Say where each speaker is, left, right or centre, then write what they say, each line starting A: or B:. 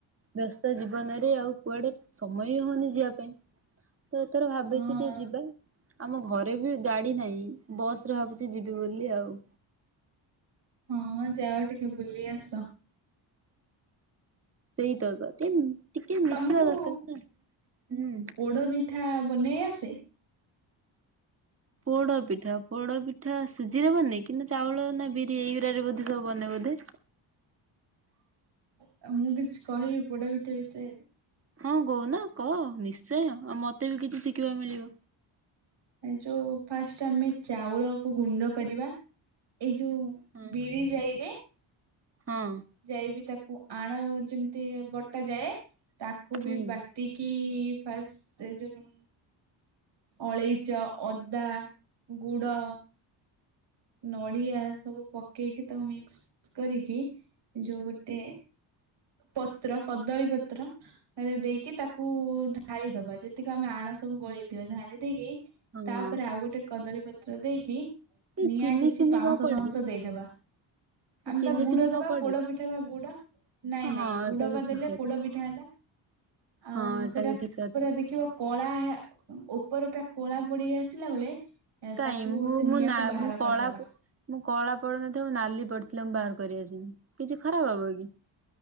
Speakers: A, on the right (about 30°); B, on the right (about 55°).
A: ବ୍ୟସ୍ତ ଜୀବନରେ, ଆଉ କୁଆଡେ ସମୟ ବି ହଉନି ଯିବା ପାଇଁ। ତ ଏଥର ଭାବିଛି
B: ହଁ
A: ଟିକେ ଯିବା। ଆମ ଘରେ ବି ଗାଡି ନାହିଁ, ବସରେ ଭାବୁଛି ଯିବି ବୋଲି ଆଉ।
B: ହଁ ମଁ ଯାଅ ଟିକେ ବୁଲି ଆସ।
A: ସେଇ ତ ଟିକେ ଟିକେ ମିଶିବା
B: ତମକୁ
A: ଦରକାର ନା ହୁଁ।
B: ପୋଡ ପିଠା ବନେଇ ଆସେ।
A: ପୋଡପିଠା। ପୋଡପିଠା ସୁଜିରେ ବନେ କି ନା ଚାଉଳ ନା ବିରି, ଏଇଗୁରାରେ ବୋଧେ ସବୁ ବନେ ବୋଧେ।
B: ଆଉ ମୁଁ କିଛି କହିବି, ପୋଡ ପିଠା ବିଷୟରେ।
A: ହଁ କଉନ କହ। ନିଶ୍ଚୟ। ଆଉ ମତେ ବି କିଛି ଶିଖିବାକୁ ମିଳିବ।
B: ଏ ଯୋଉ ଫାଷ୍ଟ ଆମେ ଚାଉଳକୁ ଗୁଣ୍ଡ କରିବା। ଏଇ ଯୋଉ
A: ହଁ
B: ବିରି ଜାଇରେ
A: ହଁ।
B: ଜାଇ ବିି ତାକୁ ଆଣ ଯେମିତି ବଟାଯାଏ, ତାକୁ
A: ହୁଁ
B: ବି ବା ଟିକି ଫାଷ୍ଟ ଯୋଉ ଅଳେଇଚ, ଅଦା, ଗୁଡ ନଡିଆ ସବୁ ପକେଇକି ତାକୁ ମିକ୍ସ କରିକି ଯୋଉ ଗୋଟେ ପତ୍ର କଦଳୀ ପତ୍ର ରେ ଦେଇକି ତାକୁ ଢାଳି ଦବା। ଯେତିକି ଆମେ ଆଣ ସବୁ ଗୋଳେଇ ଥିବା, ଢାଳି ଦେଇକି
A: ହଁ
B: ତା ଉପରେ ଆଉ ଗୋଟେ କଦଳୀ ପତ୍ର ଦେଇକି
A: ଏଇ
B: ନିଆଁ
A: ଚିନି
B: କିଛି
A: ଫିନି
B: ପାଉଁଶ
A: କଣ ପଡେ
B: ଫାଉଁଶ
A: କି
B: ଦେଇଦବା। ଆମେ
A: ଚିନି
B: ବି ଗୁଡେଇ
A: ଫିନି କଣ
B: ଦବା
A: ପଡେ
B: ପୋଡ ପିଠାକୁ ପୁରା। ନାଇଁ
A: କି
B: ନାଇଁ
A: ହଁ ଏଟା
B: ଗୁଡ
A: ବି
B: ବା
A: ଠିକ
B: ଦେଲେ
A: କଥା
B: ପୋଡ ପିଠା ହେଲା। ଆଉ
A: ହଁ ଏଟା
B: ସେଟା
A: ବି
B: ପୁରା
A: ଠିକ କଥା
B: ଦେଖିବ କଳା ଓପରଟା କଳା ପଡି ଆସିଲା ବେଳେ
A: କାଇ
B: ତାକୁ
A: ମୁଁ
B: ସେ
A: ମୁଁ
B: ନିଆଁକୁ
A: ନା
B: ବାହାର
A: ମୁଁ
B: କରିଦବା
A: କଳା ମୁଁ କଳା ପଡି ନ ଥିଲା, ନାଲି ପଡିଥିଲା ମୁଁ ବାହାର କରି ଆସିବି, କିଛି ଖରାପ ହବ କି?